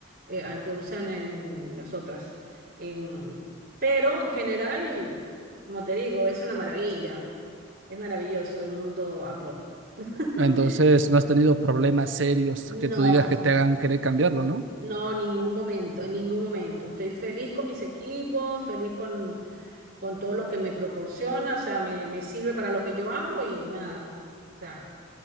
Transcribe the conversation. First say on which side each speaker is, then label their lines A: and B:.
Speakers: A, on the right (about 50°); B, on the right (about 75°).
A: Eh, al que usan en, en las otras. Em, pero en general, como te digo, es una maravilla. Es maravilloso el mundo Apple. <laughs>
B: Entonces, no has tenido problemas serios que
A: No,
B: tú digas que te hagan querer cambiarlo, ¿no?
A: no, ningún momento, en ningún momento. Estoy feliz con mis equipos, feliz con con todo lo que me proporciona, o sea, me, me sirve para lo que yo hago y nada. O sea,